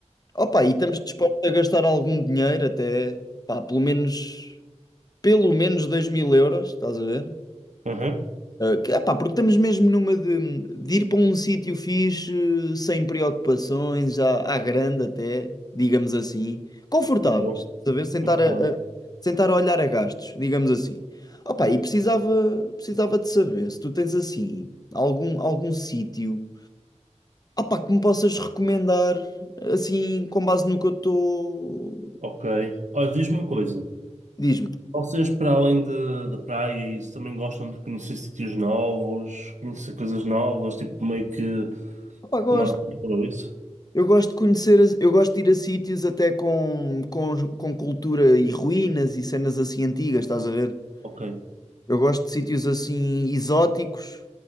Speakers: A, on the left; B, on the right.
A: opá, e estamos dispostos a gastar algum dinheiro até, pá, pelo menos, pelo menos dois mil euros, estás a ver?
B: Uhum.
A: Uh, que- epá, porque estamos mesmo numa de, de ir para um sítio fixe, sem preocupações, já à grande até, digamos assim, confortáveis,
B: Bom,
A: saber sentar
B: muito
A: a,
B: bem.
A: a- sentar a olhar a gastos, digamos assim. Opa, e precisava, precisava de saber se tu tens assim algum, algum sítio, opá, que me possas recomendar assim com base no que eu estou.
B: Ok. Olha, diz-me uma coisa.
A: Diz-me,
B: Vocês, para além de, de praia, e isso também gostam de conhecer sítios novos, conhecer coisas novas, tipo meio que
A: opá, gosto.
B: uma aventura, ou isso?
A: Eu gosto de conhecer, as- eu gosto de ir a sítios até com, com, com cultura e ruínas e cenas assim antigas, estás a ver?
B: Ok,
A: Eu gosto de sítios assim exóticos,